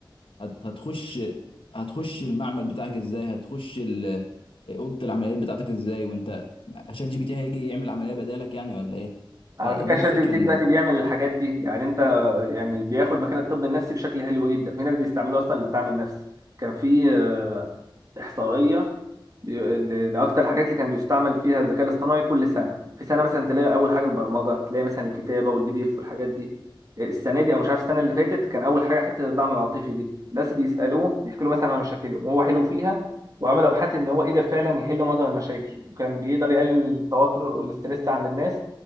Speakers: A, on the left; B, on the right.
A: هت... هتخش هتخش المعمل بتاعك ازاي هتخش ال... اوضه العمليات بتاعتك ازاي وانت شات جي بي تي هيجي يعمل عمليه بدالك يعني ولا ايه فدي
B: على فكره شات
A: الفكره
B: جي بي تي
A: ان
B: دلوقتي بيعمل الحاجات دي يعني انت يعني بياخد مكان الطب النفسي بشكل حلو جدا في ناس بيستعملوه اصلا للدعم النفسي كان في آه، احصائيه بي- اللي اللي اكتر الحاجات اللي كان بيستعمل فيها الذكاء الاصطناعي كل سنه في سنه مثلا تلاقي اول حاجه البرمجه تلاقي مثلا الكتابه والبي دي اف والحاجات دي السنه دي او مش عارف السنه اللي فاتت كان اول حاجه حته الدعم العاطفي دي الناس بيسالوه يحكوا له مثلا عن مشاكلهم وهو حلو فيها وعملوا ابحاث ان هو قدر فعلا يحل معظم المشاكل وكان بيقدر يقلل التوتر والاستريس عند الناس